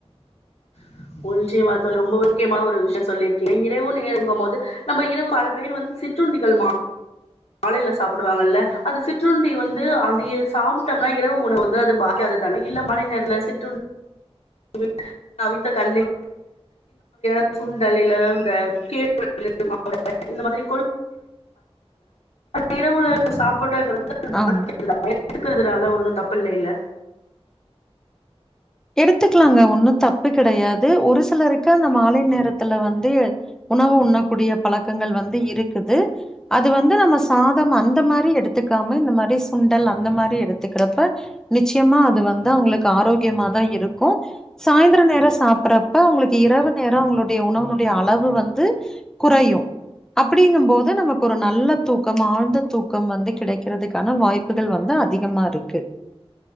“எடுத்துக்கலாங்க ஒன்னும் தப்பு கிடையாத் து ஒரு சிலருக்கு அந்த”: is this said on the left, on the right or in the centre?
Centre